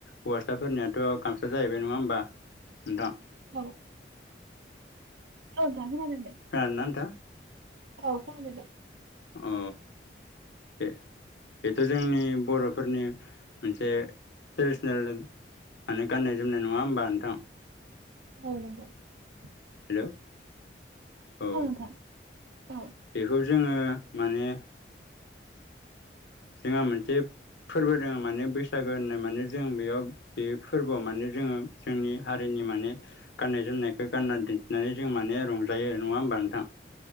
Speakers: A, on the left (about 75°); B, on the right (about 85°).
A: हौवासाफोरनियाथ' गामसा जाहैबाय नङा होमबा नोंथां।
B: औ औ दा खोनादों दे
A: खोनादों ना नोंथां
B: औ खोनादो दे
A: अ ए बेथ' जोंनि बर'फोरनि मोनसे ट्रेडिसनेल माने गाननाय जोमनाय नङा होमबा नोंथां ।
B: औ नांगौ ।
A: हेल' औ
B: नोंथां औ।
A: बेखौ जोङो माने जोंहा मोनसे फोरबो दङो माने बैसागो होननाय माने जों बेयाव बे फोरबोआव माने जोङो जोंनि हारिनि जोंनि माने गाननाय जोमनायखौ गाननानै दिन्थिनानै जों माने रंजायो नङा होमबा नोंथां।